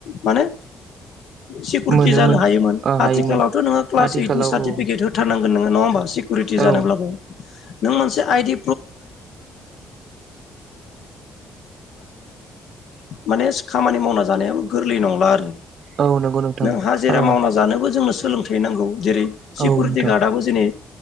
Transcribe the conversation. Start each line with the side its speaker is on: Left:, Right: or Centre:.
Left: माने सिकिउरिटि
Right: मोनोमोन
Left: जानो हायोमोन
Right: ओ हायोमोन
Left: आथिखालावथ' नोङो क्लास
Right: आथिखालाव
Left: ओइट सार्टिफिकेट
Right: औ
Left: होथारनांगोन नोङो नङा होमबा सिकुरिटि
Right: औ
Left: जानोब्लाबो नों मोनसे आइडि <unintelligible> माने खामानि मावनाय जानायाबो गोरलै नंला आरो
Right: औ नंगौ नोंथां
Left: नों हाजिरा
Right: ओ
Left: मावना जानोबो जोंनो सोलोंथाइ नांगौ जेरै सिकिउरिटि
Right: औ नोंथां
Left: गार्डआबो जेरै